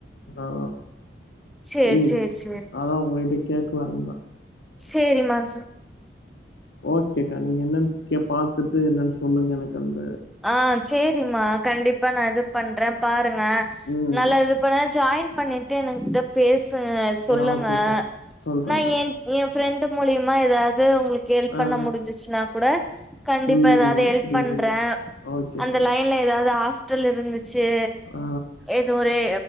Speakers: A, on the left; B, in the centre.
A: அதாதா
B: சேரி
A: ம்
B: சேரி சேரி
A: அதா உங்கள்ட்ட கேக்கலான்தா
B: சேரிமா <unintelligible>
A: ஓகேக்கா நீங்க என்னனு <unintelligible> பாத்துட்டு என்னன் சொல்லுங்க எனக்கு வந்து
B: ஆ சேரிம்மா கண்டிப்பா நா இது பண்றே பாருங்க
A: ம்
B: நல்லா இது பண்னோ ஜாயின் பண்ணிட்டு எனுக்ன்ட்ட பேசுங்க சொல்லுங்க
A: ஆ ஓகேக்கா சொல்றேன்க்கா
B: நா என் எ ஃப்ரெண்டு் மூலயுமா ஏதாவது உங்ளுக்கு ஹெல்ப் பண்ண
A: ஆ
B: முடிஞ்சிச்சுனா கூட கண்டிப்பா
A: ம்
B: ஏதாவது ஹெல்ப்
A: புரியுதுக்கா
B: பண்றே
A: ஓகேக்கா
B: அந்த லைன்ல ஏதாவது ஹாஸ்டல் இருந்துச்சி
A: ஆ
B: ஏதுரே